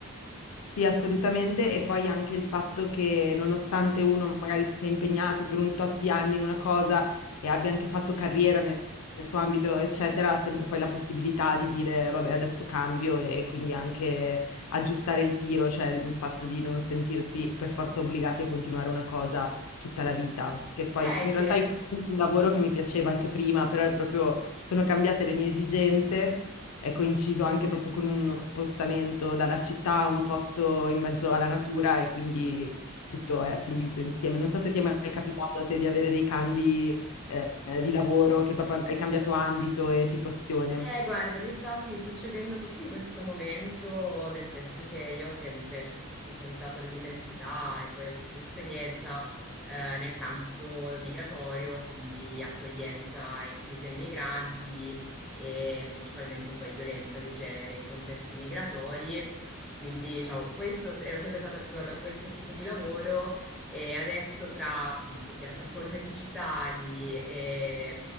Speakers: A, on the left (about 80°); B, in the centre.
A: Sì, assolutamente. E poi anche il fatto che nonostante uno magari si sia impegnato per un tot di anni in una cosa e abbia anche fatto carriera nel, nel suo ambito, eccetera, ha sempre poi la possibilità di dire, vabbè, adesso cambio e quindi anche aggiustare il tiro, cioè il fatto di non sentirsi per forza obbligati a continuare una cosa tutta la vita. Che poi
B: Eh,
A: in realtà
B: che
A: io ho fatto un lavoro che mi piaceva anche prima, però è proprio sono cambiate le mie esigenze è coinciso anche proprio con uno spostamento dalla città a un posto in mezzo alla natura e quindi tutto è fluito insieme. Non so se ti è mai capitato a te di avere dei cambi eh, di lavoro, che proprio hai cambiato ambito e situazione.
B: Eh, guarda, mi sta sì, succedendo proprio in questo momento, nel senso che io sempre, cioè, mi sono specializzata all'università e poi ho fatto esperienza eh, nel campo migratorio, quindi accoglienza e inclusione migranti e principalmente poi violenza di genere in contesti migratori. Quindi, diciamo, questo, ero sempre stata abituata a questo tipo di lavoro e adesso tra appunto piattaforme digitali e